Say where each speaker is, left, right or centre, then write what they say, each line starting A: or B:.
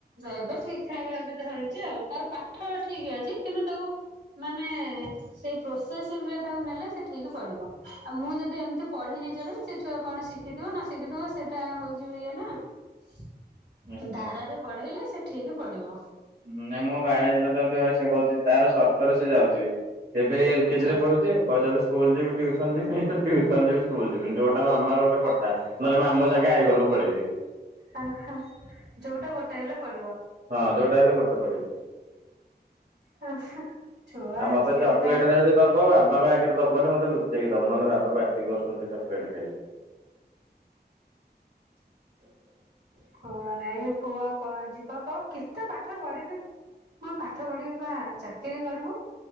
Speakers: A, on the right; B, on the right.
A: ଏବେ ଠିକ ଠାକ ଭାବେ ଧରୁଛି ଆଉ ତାର ପାଠ ଠିକ ଅଛି କିନ୍ତୁ ତାକୁ ମାନେ ସେ ପ୍ରୋସେସିଂ ରେ ତାକୁ ନେଲେ ସେ ଠିକ ପଢିବ ଆଉ ମୁଁ ଯଦି ଏମିତି ପଢେଇ ନେଇ ସେ ଛୁଆ କଣ ଶିଖିଥିବ ନ ଶିଖିିଥିବ ସେଇଟା ଟା ହଉଛି ଇଏ ନା
B: ଆଚ୍ଛା
A: ଧାରାରେ
B: ଆଚ୍ଛା
A: ପଢେଇଲେ ସେ ଠିକ ପଢିବ।
B: ହୁଁ ନାଇଁ ବାଣିଜୀ ଯତେତିରେ ସେ କହୁଛି ତାର ସର ରେ ସିଏ ଯାଉଛି ଏବେ ଏଲ କେଜି
A: ଆଛା
B: ରେ ପଢୁଛି କହିି ସ୍କୁଲ ଯିବି ଟୁସନ ଯିବି। ଟ୍ୟୁସନ ଯିବି ସ୍କୁଲ ଯିବିନି ଯୋଉଟା ମାମା ଗୋଟେ ପଠା ନହେଲେ ମାମ ସାଙ୍ଗେ ଆଈ ଘରକୁ ପଳେଇବି।
A: ଅହ ଯୋଉଟା ଗୋଟେ ହେଲେ ପଢ଼ିବ?
B: ହଁ ଯୋଉଟା ହେଲେ ଗୋଟେ ପଢିବ?
A: ହ ଛୁଆ
B: ଆଉ ମତେ
A: ଆଜିକାଲି
B: ଚକୋଲେଟ୍
A: ତ
B: ରେ ଯଦି ଦବ ବାବାଙ୍କ ଆଗରେ ଦବନି ମତେ ଲୁଚେଇକି ଦବ ନହେଲେ ବାବା ପାଟି କରୁଛନ୍ତି ଚକୋଲେଟ୍ ଖାଇଲେ। ହ
A: କୁହ ନାଇଁ ପୁଅ ଯିବ କ କେତେ ପାଠ ପଢିବି? ମୁ ପାଠ ପଢିବି ବା ଚାକିରି କରିବୁ।